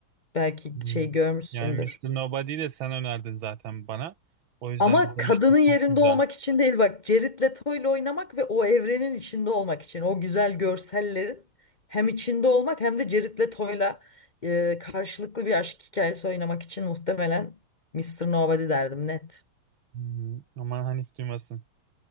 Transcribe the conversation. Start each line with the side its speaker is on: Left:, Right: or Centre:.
Left: Belki
Right: Hmm.
Left: şey görmüşsündür.
Right: Yani Mr. Nobody'yi de sen önerdin zaten bana. O yüzden
Left: Ama
Right: izlemiştim.
Left: kadının yerinde
Right: Çok güzel.
Left: olmak için değil bak Jared Leto'yla oynamak ve o evrenin içinde olmak için o güzel görsellerin hem içinde olmak hem de Jared Leto'yla e, karşılıklı bir aşk hikayesi oynamak için muhtemelen Mr. Nobody derdim net.
Right: Hmm, Aman Hanif duymasın.